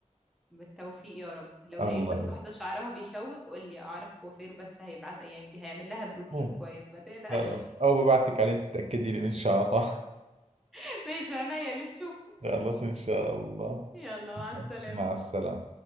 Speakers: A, in the centre; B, on the right.
A: بالتوفيق يا رب لو
B: الله
A: لقيت بس واحده شعرها بيشوك قول لي اعرف كوافير بس هيبعت يعني هيعمل لها بروتين
B: يسلمك
A: كويس ما تقلقش
B: خلاص او ببعتك عليه تتاكدي لي من شعرها <laughs>
A: <laughs> ماشي عينيا اللي تشوفه
B: خلاص إن شاء الله
A: يلا مع السلامه
B: مع السلامة